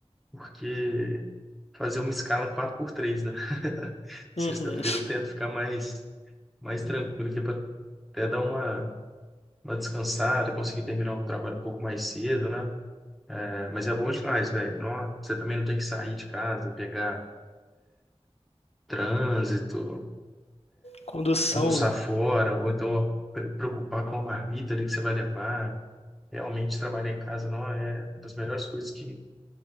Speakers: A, in the centre; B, on the left (about 65°).
A: porque fazer uma escala quatro por três, né? <laughs> Sexta-feira
B: Uhum.
A: eu tento ficar mais mais tranquilo aqui para até dar uma uma descansada, conseguir terminar o trabalho um pouco mais cedo, né? É, mas é bom demais, velho. Nó, Você também não tem que sair de casa, pegar trânsito,
B: Condução,
A: almoçar
B: né?
A: fora, ou então pre- preocupar com a marmita ali que você vai levar. Realmente trabalhar em casa, não é uma das melhores coisas que.